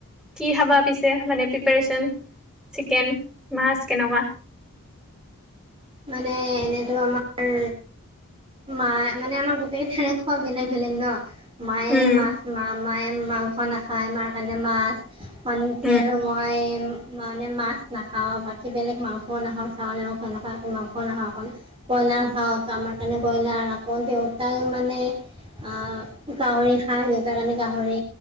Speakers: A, in the centre; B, on the right.
A: কি খাবা পিছে মানে প্ৰিপাৰেচন, চিকেন মাছ কেনেকুৱা?
B: মানে এনেইতো আমাৰ মা মানে আমাৰ গোটেই চেনে খোৱা বেলেগ বেলেগ ন মায়ে
A: উম।
B: মাছ মা মায়ে মা মাংস নাখায় মা কাৰণে মাছ, ভন্তি
A: উম,
B: আৰু মই মানে মাছ, নাখাওঁ বাকী বেলেগ মাংস নখাওঁ চাউল মাংস এনেকুৱা মাংস নখাওঁ অকল ব্ৰইলাৰ খাওঁ আমাৰ, সেইকাৰণে ব্ৰইলা, আকৌ দেউতায়ো মানে আহ গাহৰি খাই দেউতা কাৰণে গাহৰি